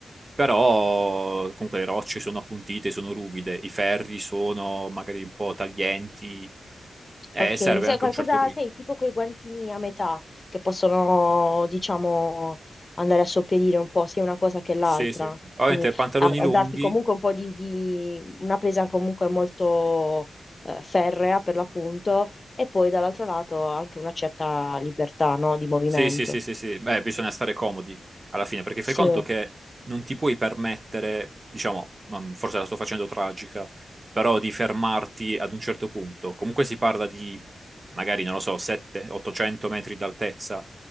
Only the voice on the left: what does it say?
ok,
sai
qualcosa,
sai, tipo quei guantini a metà che possono, diciamo, andare a sopperire un po' sia una cosa che l'altra,
quindi
a, a
darti comunque un po' di, di- una presa comunque molto eh, ferrea per l'appunto e poi dall'altro lato anche una certa libertà, no, di movimento.
Sì.